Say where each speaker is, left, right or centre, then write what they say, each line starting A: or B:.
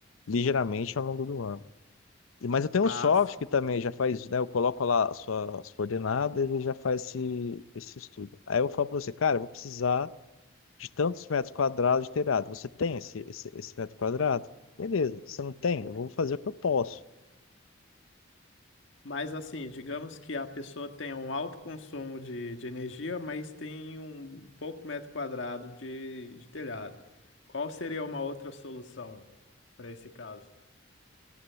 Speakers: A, on the left; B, on the left.
A: ligeiramente ao longo do ano. E, mas eu tenho
B: As...
A: um software que também já faz isso, né? Eu coloco lá as suas as coordenadas e ele já faz esse, esse estudo. Aí eu falo para você, cara, eu vou precisar de tantos metros quadrados de telhado. Você tem esse, esse, esse metro quadrado? Beleza. Você não tem? Eu vou fazer o que eu posso.
B: Mas assim, digamos que a pessoa tem um alto consumo de, de energia, mas tem um pouco metro quadrado de, de telhado. Qual seria uma outra solução para esse caso?